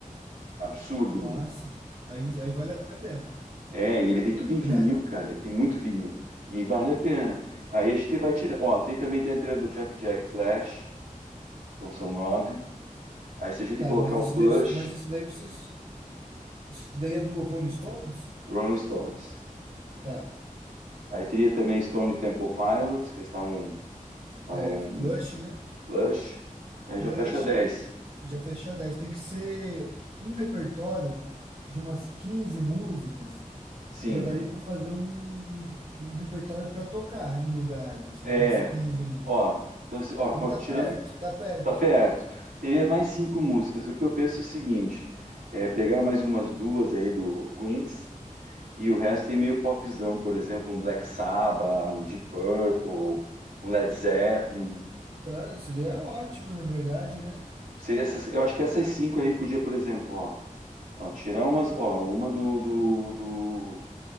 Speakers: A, on the right; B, on the right.
A: Absurdo,
B: Massa.
A: meu.
B: Aí, aí vale a pena.
A: É, e ele tem tudo em vinil,
B: né?
A: cara. Ele tem muito vinil. E vale a pena. Aí a gente vai tirar. Ó, tem também tá entrando o Jump Jack Flash. Então são nove. Aí se a gente
B: Tá,
A: colocar
B: mas isso
A: o Plush,
B: daí, você- mas isso daí vocês, isso daí é do Rolling Stones?
A: Rolling Stones.
B: Tá,
A: Aí teria também Stone Temple Pilots, que eles estavam. Estavam
B: certo, Plush, né?
A: Plush. Aí
B: Plush
A: já fecha dez
B: e- já fecha dez Tem que ser um repertório de umas 15 músicas.
A: Sim,
B: Já daria para fazer um, um, um repertório para tocar em lugares, assim,
A: é.
B: com umas 15 músicas.
A: Ó, então, se- ó,
B: Então
A: co-
B: tá
A: tirando,
B: perto, tá perto.
A: tá perto. Teria mais cinco músicas. O que eu penso é o seguinte: é pegar mais umas duas aí do Queens e o resto é meio popzão, por exemplo, um Black Sabbath, um Deep Purple, um Led Zeppelin.
B: Cara, isso daí é ótimo, na verdade, né?
A: Seria essas, eu acho que essas cinco aí podia, por exemplo, ó, ó, tirar umas, ó, uma do, do, do